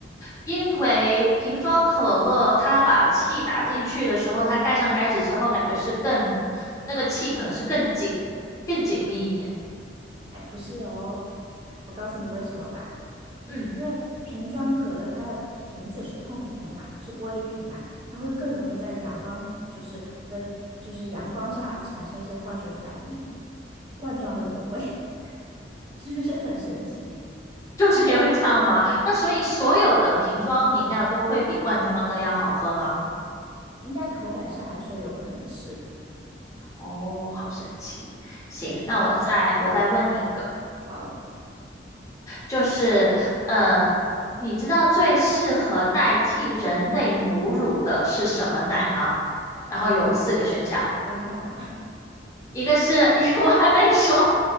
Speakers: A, on the left (about 20°); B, on the right (about 25°).
A: 因为瓶装可乐它把气打进去的时候，它盖上盖子之后，感觉是更，那个气可能是更紧、更紧密一点。
B: 哎，不是哦，我告诉你为什么吧。
A: 嗯，
B: 因为瓶装可乐它的瓶子是透明的嘛，是玻璃瓶嘛，它会更容易在阳光就是的，就是阳光下产生一些化学反应，罐装的不会，<laughs> 是不是很神奇？
A: <laughs> 就是因为这样吗？那所以所有的瓶装饮料都会比罐装的要好喝吗？
B: 应该口感上来说有可能是，
A: 哦，好神奇。行，
B: 对，
A: 那我再我再问你一个，
B: 好，
A: 就是呃，你知道最适合代替人类母乳的是什么奶吗？然后有四个选项，
B: 羊奶吧。<laughs>
A: 一个是 <laughs> 一个我还没说，